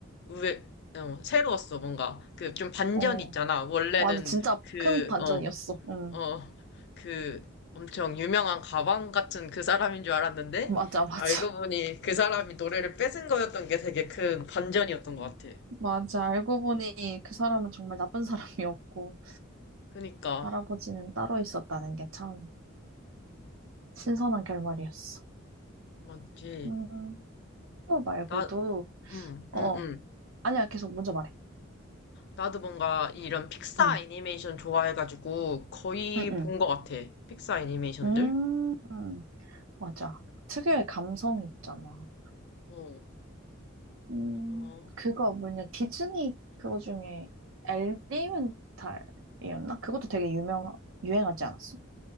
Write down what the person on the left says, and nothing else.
의외, 어, 새로웠어, 뭔가. 그 좀 반전이
있잖아. 원래는
그,
어,
어, 그 엄청 유명한 가방 같은 그 사람인 줄 알았는데,
알고 보니
그 사람이 노래를 뺏은 거였던 게 되게 큰 반전이었던 것 같아.
그니까,
맞지.
나, 응
응
응
나도 뭔가 이런 픽사
애니메이션 좋아해가지고 거의
본 것 같아. 픽사 애니메이션들.
어,
어.